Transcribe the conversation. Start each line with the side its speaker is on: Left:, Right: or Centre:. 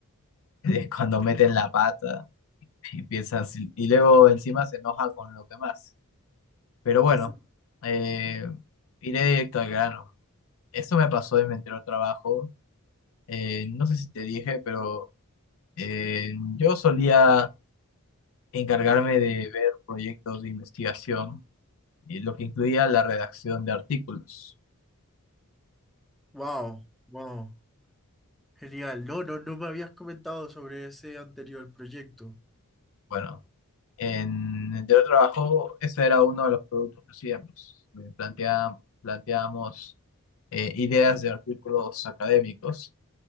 Left: de cuando meten la pata y piensan, si- y luego encima se enojan con los demás. Pero
Centre: Entonces,
Left: bueno, eh, iré directo al grano. Eso me pasó en mi anterior trabajo. Eh, no sé si te dije, pero eh, yo solía encargarme de ver proyectos de investigación, y lo que incluía la redacción de artículos.
Centre: wow, wow, genial. No, no, no me habías comentado sobre ese anterior proyecto.
Left: Bueno, en mi anterior trabajo ese era uno de los productos que hacíamos. Eh, plantea- planteábamos eh, ideas de artículos académicos